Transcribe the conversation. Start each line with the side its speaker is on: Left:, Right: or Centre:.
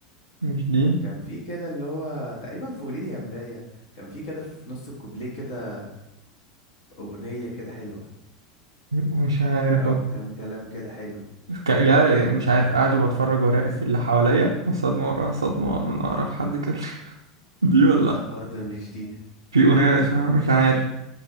Right: مش دي
Left: كان في كده اللي هو تقريبا في قوليلي يا مراية كان في كده في نص الكوبليه كده أغنية كده حلوة
Right: مش عارف
Left: أو
Right: والله
Left: كام كلام كده حلو
Right: ك- لا مش عارف قاعد وبتفرج وراقب في اللي حواليا وصدمة ورا صدمة من أقرب حد كده <laughs> دي ولا
Left: لأ برضه مش دي
Right: في أغنية اسمها مش عارف